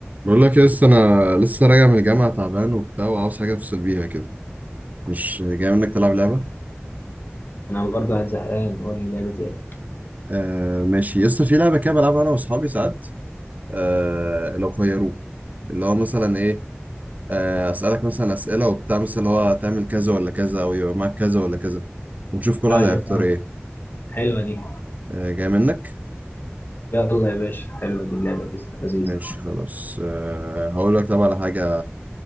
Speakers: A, on the right (about 40°); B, on the left (about 50°).
A: بقول لك لسه انا لسه راجع من الجامعه تعبان وبتاع وعاوز حاجه افصل بيها كده مش جاي منك تلعب لعبه
B: انا برضو قاعد زهقان قول لي لعبة ايه
A: آه ماشي لسه في لعبه كده بلعبها انا واصحابي ساعات آه لو خيروك اللي هو مثلا ايه آه اسالك مثلا اسئله وبتاع مثلا اللي هو تعمل كذا ولا كذا او يبقى معاك كذا ولا كذا ونشوف كل واحد
B: ايوه
A: هيختار
B: فاهم
A: ايه
B: حلوة دي
A: آه جاي منك
B: يلا يا باشا حلوة دي اللعبة دي لذيذة
A: ماشي خلاص آه هقول لك طب على حاجه